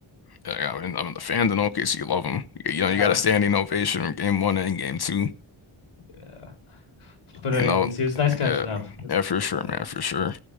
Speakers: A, on the left (about 50°); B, on the left (about 85°).
A: And, I mean, I mean, the fans in OKC love him. You, you know,
B: Yeah.
A: you got a standing ovation in game one and game two.
B: Yeah. But anyways,
A: You know,
B: he was nice catching
A: yeah,
B: up. It was
A: yeah,
B: nice
A: for
B: catching
A: sure,
B: up.
A: man, for sure.